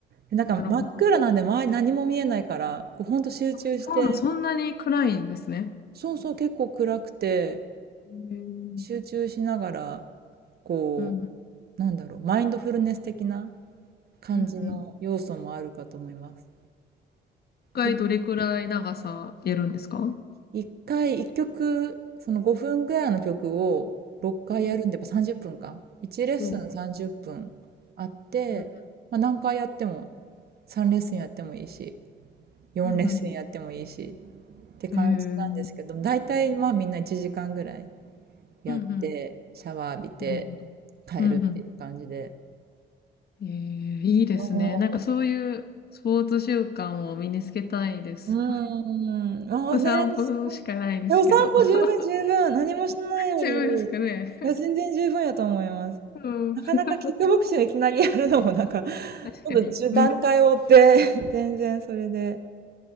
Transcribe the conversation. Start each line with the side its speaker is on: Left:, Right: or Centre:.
Right: でなんか真っ暗なんで周り何も見えないから、
Left: なるほど。
Right: こうほんと集中して、
Left: サウナそんなに暗いんですね。
Right: そうそう、結構暗くて、
Left: へー
Right: 集中しながら、こう、
Left: うん。
Right: なんだろう、マインドフルネス的な感じの要素もあるかと思います。
Left: うん。うん。一回どれくらい長さやるんですか
Right: ペ一回、一曲、その5分ぐらいの曲を6回やるんで、
Left: うん。
Right: やっぱ30分か。1レッスン30分あって、
Left: おう。うん。
Right: まあ、何回やっても、3レッスンやってもいいし、4レッスンやってもいいし
Left: うん。
Right: って感じなんですけど、
Left: うんへー
Right: 大体まあみんな1時間ぐらいやって、
Left: うん。うん。
Right: シャワー浴びて
Left: なるほど。
Right: 帰るっていう感じで。
Left: うん。うんえー、いいですね。
Right: そ
Left: なんかそういうスポーツ習慣を身につけたいです。
Right: ううーん。ああね、
Left: お散歩しかないんですけど。
Right: そうでお散歩十分十分。
Left: <laughs>
Right: 何もしないより、
Left: 十分ですかね。
Right: いや、全然十分やと思います。
Left: うん。
Right: なかなかキックボクシングいきなりやるのもなんか、
Left: <laughs>
Right: <laughs> ち
Left: 確かに。
Right: ょっと段階を追って
Left: うん。
Right: <laughs> 全然それで、